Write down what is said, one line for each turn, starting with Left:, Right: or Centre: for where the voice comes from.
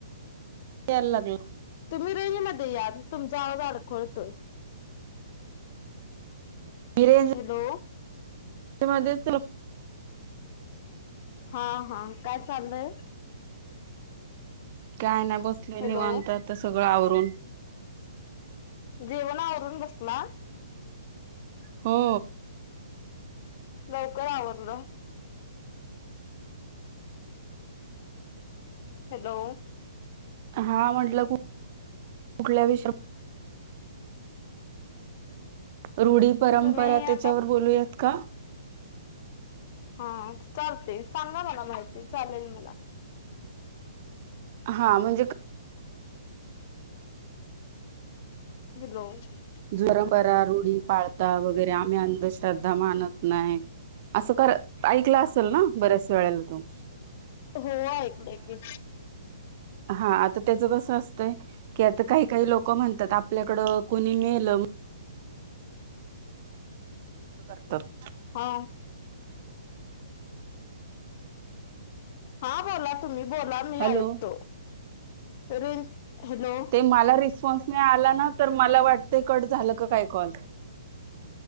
Right: यायला लागला.
Left: तुम्ही रेंज मध्ये या, तुमचा आवाज अडखळतोय.
Right: ए. एल.
Left: हॅलो.
Right: ते मध्येच चा
Left: हा हा काय चाललंय?
Right: काय नाय बसले
Left: हॅलो
Right: निवांत आता सगळं आवरून.
Left: जेवणं आवरून बसलात?
Right: हो
Left: लवकर आवरलं. हॅलो.
Right: हा म्हटलं कुठल्या विषयावर रूढी परंपरा
Left: तुम्ही आता
Right: त्यांच्यावर बोलूयात का?
Left: हा चालतंय सांगा मला माहिती चालेल मला
Right: हा म्हणजे
Left: <unintelligible>
Right: परंपरा रुढी पाळता वगैरे आम्ही अंधश्रद्धा मानत नाही असं कर ऐकलं असेल ना बऱ्याच वेळेला तो
Left: हो ऐकलय की
Right: हा आता त्याचं कसं असतंय की आता काही काही लोक म्हणतात आपल्याकड कुणी मेल करतर <inaudible>
Left: हा हा बोला तुम्ही बोला मी
Right: हॅलो
Left: ऐकतो रेंज हॅलो
Right: ते मला रिस्पॉन्स नाही आला ना तर मला वाटत कट झालं का काय कॉल